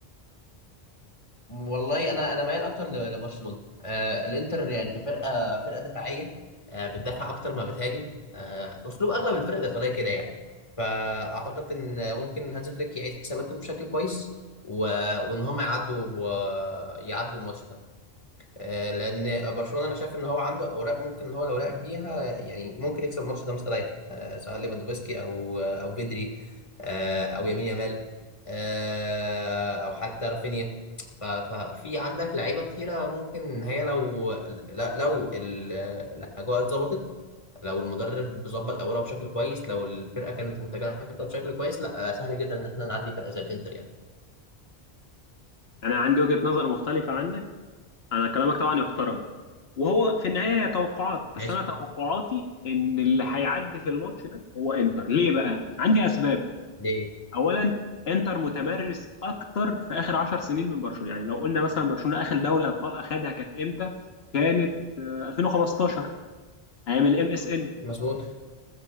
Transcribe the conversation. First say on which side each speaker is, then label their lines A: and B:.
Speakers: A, on the left; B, on the left.
A: والله انا انا مايل اكتر ل- لبرشلونه آه الانتر يعني كفرقه فرقه دفاعيه آه بتدافع اكتر ما بتهاجم آه اسلوب اغلب الفرق الايطاليه كده يعني فاعتقد ان ممكن هانز فليك يعيد حساباته بشكل كويس و... وان هم يعدوا ويعدوا الماتش ده آه، لان برشلونه انا شايف ان هو عنده اوراق ممكن ان هو لو لعب بيها يعني ممكن يكسب الماتش ده مستريح آه، سواء ليفاندوفسكي او آه، او بدري آه، او يمين يامال آه، او حتى رافينيا ف- ففي عندك لعيبه كتيره ممكن هي لو لا- لو ال- الاجواء اتظبطت لو المدرب ظبط اوراقه بشكل كويس لو الفرقه كانت متجانسه بشكل كويس لا آه، سهل جدا ان احنا نعدي فرقه زي الانتر يعني
B: انا عندي وجهه نظر مختلفه عنك انا كلامك طبعا يحترم وهو في النهايه هي توقعات بس
A: ماشي
B: انا توقعاتي ان اللي هيعدي في الماتش ده هو انتر ليه بقى عندي اسباب
A: دي
B: اولا انتر متمرس اكتر في اخر عشر سنين من برشلونه يعني لو قلنا مثلا برشلونه اخر دوري ابطال اخدها كانت امتى كانت آه، 2015 ايام الام اس ان
A: مظبوط